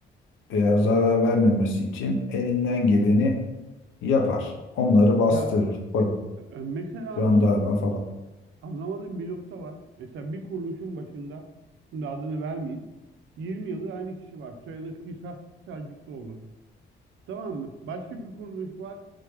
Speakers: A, on the left; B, on the right.
A: veya zarar vermemesi için elinden geleni yapar. Onları bastırır.
B: Ya
A: Polis,
B: e, mesela
A: jandarma
B: anlamadım,
A: falan.
B: anlamadığım bir nokta var. Mesela bir kuruluşun başında, şimdi adını vermeyeyim, 20 yıldır aynı kişi var. Soyadı Hisar, Hisarcıklıoğlu. Tamam mı? Başka bir kuruluş var.